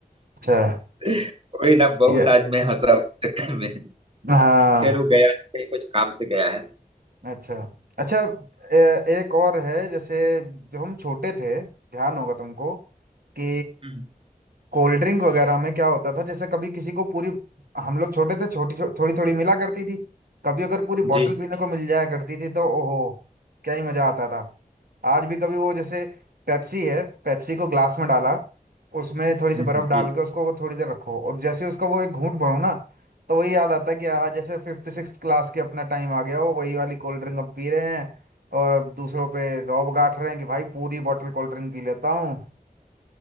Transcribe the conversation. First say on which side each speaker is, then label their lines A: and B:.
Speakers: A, on the right; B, on the right.
A: अच्छा
B: <laughs> वही ना बहुत
A: ये
B: आज मैं हंसा उस चक्कर में
A: हाँ
B: खैर वो गया नहीं, कहीं कुछ काम से गया है
A: अच्छा अच्छा ए, एक और है जैसे जब हम छोटे थे ध्यान होगा तुमको कि
B: हम्म,
A: कोल्ड ड्रिंक वगैरह में क्या होता था जैसे कभी किसी को पूरी हम लोग छोटे थे छोटी छो, थोड़ी थोड़ी मिला करती थी कभी अगर पूरी बोतल
B: जी
A: पीने को मिल जाया करती थी तो ओहो क्या ही मजा आता था आज भी कभी वो जैसे पेप्सी है पेप्सी को ग्लास में डाला उसमें थोड़ी
B: हम्म,
A: सी बर्फ डाल
B: जी
A: के उसको वो थोड़ी देर रखो और जैसे ही उसका वो एक घूंट भरो ना तो वही याद आता है कि हाँ जैसे फिफ्थ सिक्स क्लास के अपना टाइम आ गया वो वही वाली कोल्ड ड्रिंक अब पी रहे हैं और दूसरों पे रौब गांठ रहे हैं कि भाई पूरी बोतल कोल्ड ड्रिंक पी लेता हूँ